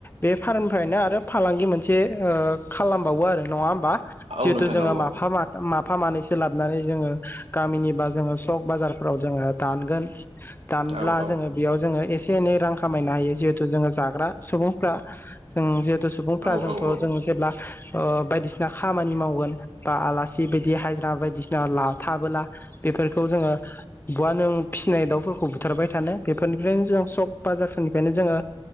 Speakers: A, on the left (about 20°); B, on the right (about 75°).
A: बे फार्निफ्रायनो आरो फालांगि मोनसे खालाम बावो आरो जितु
B: औ नोंथां
A: जोङो
B: औ
A: माफा-माद- माब फा मानैसो लाबोनानै जोङो गामिनिबा जोङो सक बाजारफोराव जोङो दानगोन दानब्ला
B: औ औ
A: जोङो बेयाव जोङो एसे से एनै रां खामायनो हायो जिहेतु जोङो जाग्रा सुबुंफ्रा जों जिहेतु सुबुं फ्रा
B: औ
A: जोंथ'
B: औ
A: जों जेब्ला ओ बायदिसिना खामानि मावगोन बा आलासि बायदि हाजिरा बायदिसिना ला-थाबोला बेफोरखौ जोङो बुवा नों फिसिनाय दाउफोरखौ बुथारबाय थानो बेफोरनिफ्रायनो जों सक बाजारफोरनिफ्रायनो जोङो